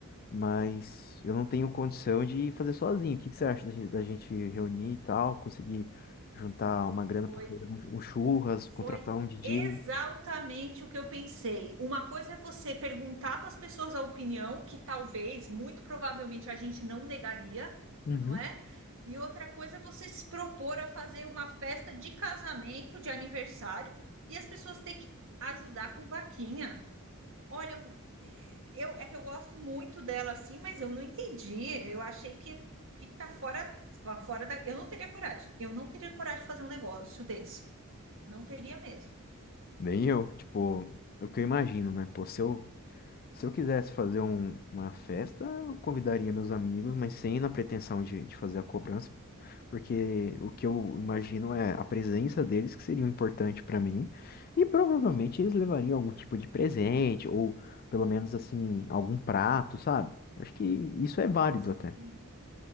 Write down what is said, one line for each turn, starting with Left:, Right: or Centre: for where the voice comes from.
Left: mas eu não tenho condição de fazer sozinho. O que que você acha da gente, da gente reunir e tal, conseguir juntar uma grana
Right: Foi
Left: para fazer um um churras,
Right: Foi
Left: contratar um DJ?
Right: exatamente o que eu pensei. Uma coisa é você perguntar para as pessoas a opinião, que talvez, muito provavelmente, a gente não negaria,
Left: Uhum.
Right: não é? E outra coisa é você se propor a fazer uma festa de casamento, de aniversário, e as pessoas ter que ajudar com vaquinha. Olha, eu, eh, eu- é que eu gosto muito dela assim, mas eu não entendi. Eu achei que, que tá fora, tá fora da. Eu não teria coragem. Eu não teria coragem de fazer um negócio desse. Não teria mesmo.
Left: Nem eu, tipo, é o que eu imagino, né? Pô, se eu, se eu quisesse fazer um- uma festa, eu convidaria meus amigos, mas sem na pretensão de, de fazer a cobrança. porque o que eu imagino é a presença deles que seria importante para mim, e provavelmente eles levariam algum tipo de presente, ou pelo menos assim, algum prato, sabe? Acho que isso é válido
Right: Sim.
Left: até.